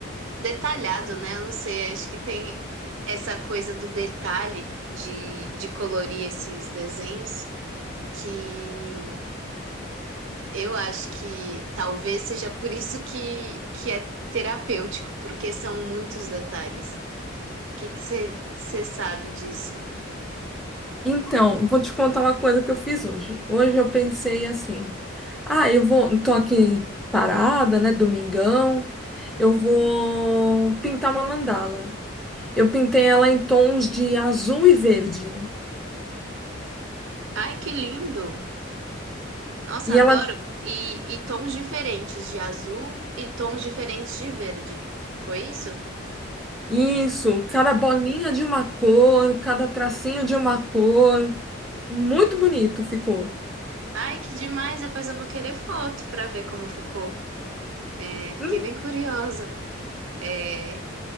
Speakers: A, on the right; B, in the centre.
A: detalhado, né? Eu não sei, acho que tem essa coisa do detalhe de, de colorir esses desenhos que eu acho que talvez seja por isso que, que é terapêutico, porque são muitos detalhes. que que você sabe disso?
B: Então, vou te contar uma coisa que eu fiz hoje. Hoje eu pensei assim: ah, eu vou, tô aqui parada, né, domingão, eu vou pintar uma mandala. Eu pintei ela em tons de azul e verde.
A: Ai, que lindo! Nossa,
B: E
A: adoro.
B: ela,
A: E, e tons diferentes de azul e tons diferentes de verde. Foi isso?
B: isso, cada bolinha de uma cor, cada tracinho de uma cor. Muito bonito ficou.
A: Ai, que demais! Depois eu vou querer foto para ver como ficou. É, fiquei
B: Hum,
A: bem curiosa. É,